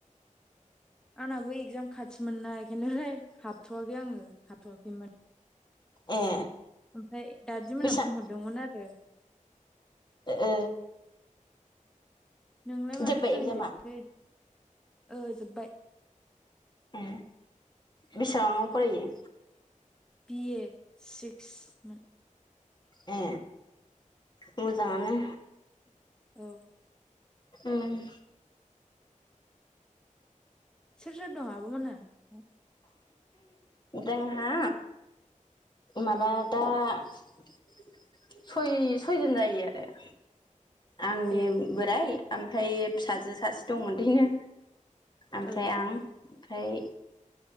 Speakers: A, in the centre; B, on the left.
A: आंहाबो एगजाम खाथिमोननाय बेखायनो राय हाबथ'वाखै आङो हाबथ'वाखैमोन
B: ए
A: ओमफ्राय दाजदमोनहा
B: बेसा
A: बुंहरदोंमोन आरो
B: ओ
A: नोंलाय माथो
B: जोब्बाय
A: जयेन
B: एगजामा
A: जायाखै ओ जोब्बाय
B: ए बेसेबांआव बायो
A: बिए सिक्समोन
B: ए मोजाङानो
A: औ
B: उम
A: सोर सोर दं आब'मोनहा ओ
B: जोंहा माबा दा सय सयजन जायो आरो आंनि
A: ए
B: बोराइ ओमफ्राय फिसाजो सासे दंमोन बेनो ओमफ्राय
A: ओ
B: आं ओमफ्राय